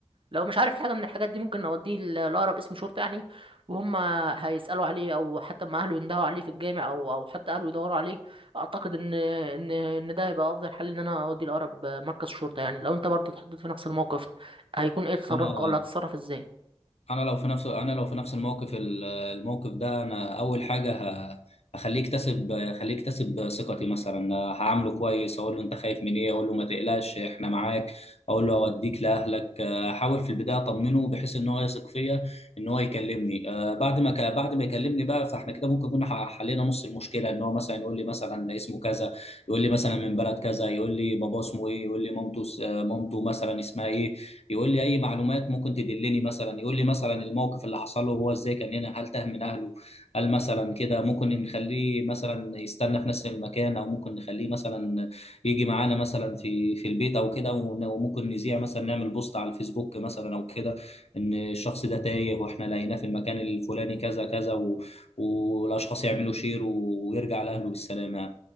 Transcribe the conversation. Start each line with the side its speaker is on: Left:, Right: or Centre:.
Right: لو مش عارف حاجة من الحاجات دي ممكن نوديه ل- لأقرب اسم شرطة يعني وهم هيسألوا عليه أو حتى ما أهله يندهوا عليه في الجامع أو أو حتى أهله يدوروا عليه أعتقد إن إن إن ده هيبقى أفضل حل إن أنا أوديه لأقرب مركز شرطة يعني لو أنت برضه اتحطيت في نفس الموقف هيكون إيه تصرفك
Left: انا
Right: ولا هتتصرف إزاي؟
Left: انا لو في نفس انا لو في نفس الموقف ال- الموقف ده انا اول حاجه ه- هخليه يكتسب هخليه يكتسب ثقتي مثلا هعامله كويس اقول له انت خايف من ايه اقول له ما تقلقش احنا معاك اقول له اوديك لاهلك احاول في البدايه اطمنه بحيث ان هو يثق فيا ان هو يكلمني آه، بعد ما ك... بعد ما يكلمني بقى فاحنا كده ممكن كنا ح- حلينا نص المشكله ان هو مثلا يقول لي مثلا اسمه كذا يقول لي مثلا من بلد كذا يقول لي باباه اسمه ايه يقول لي مامته س- آه، مامته مثلا اسمها ايه يقول لي اي معلومات ممكن تدلني مثلا يقول لي مثلا الموقف اللي حصل له هو ازاي كان هنا هل تاه من اهله هل مثلا كده ممكن نخليه مثلا يستنى في نفس المكان او ممكن نخليه مثلا يجي معانا مثلا في في البيت او كده ون- وممكن نذيع مثلا نعمل بوست على الفيسبوك مثلا او كده ان الشخص ده تايه واحنا لقيناه في المكان الفلاني كذا كذا و... والاشخاص يعملوا شير ويرجع لاهله بالسلامه